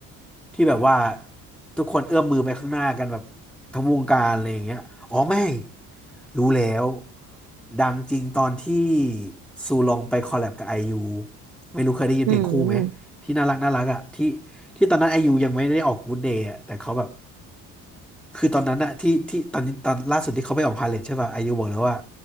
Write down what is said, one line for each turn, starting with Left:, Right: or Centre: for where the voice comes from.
Centre: ที่แบบว่าทุกคนเอื้อมมือไปข้างหน้ากันแบบทั้งวงการอะไรอย่างเงี้ยอ๋อไม่รู้แล้ว ดังจริงตอนที่ซูลองไปคอลแลบกับไอยูไม่รู้เคยได้ยินเพลงคู่ไหม
Right: อืม
Centre: ที่น่ารักน่ารักอ่ะที่ที่ตอนนั้นไอยูยังไม่ได้ออก Good Day อ่ะแต่เขาแบบคือตอนนั้นอ่ะที่ที่ตอนนี้ตอนล่าสุดที่เขาไปออกพาเลทใช่ป่ะไอยูบอกแล้วว่า